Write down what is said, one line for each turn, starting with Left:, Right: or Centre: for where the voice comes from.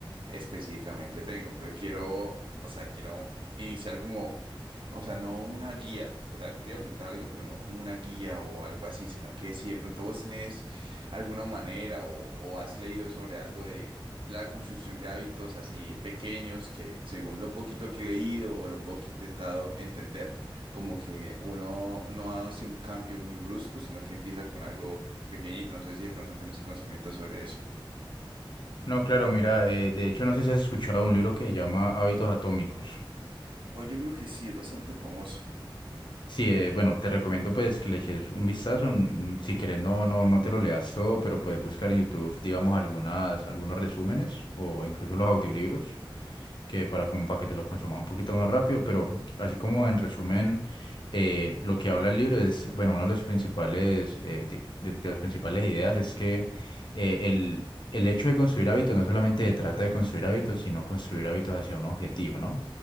Right: específicamente tengo. Pero quiero, o sea, quiero iniciar como, o sea, no una guía, o sea, te iba a preguntar algo, pero no como una guía o algo así, sino que si de pronto vos tenés alguna manera o, o has leído sobre algo de... la construcción de hábitos así pequeños que según lo poquito que he leído o lo poco que he intentado entender, como que uno no hace un cambio muy brusco, sino que empieza con algo pequeñito. No sé si de pronto tenés conocimiento sobre eso.
Left: No, claro, mira, eh, de hecho no sé si has escuchado un libro que se llama Hábitos Atómicos.
Right: O yo creo que sí, es bastante famoso.
Left: Sí, eh, bueno, te recomiendo pues que le eches un vistazo. mm, Si quieres, no, no, no te lo leas todo, pero puedes buscar en YouTube, digamos, algunas, algunos resúmenes o incluso los audiolibros que para como para que te lo consumas un poquito más rápido, pero así como en resumen, eh, lo que habla el libro es, bueno, una de los principales, eh, di- de, de las principales ideas es que eh, el, el hecho de construir hábitos no solamente se trata de construir hábitos, sino construir hábitos hacia un objetivo, ¿no?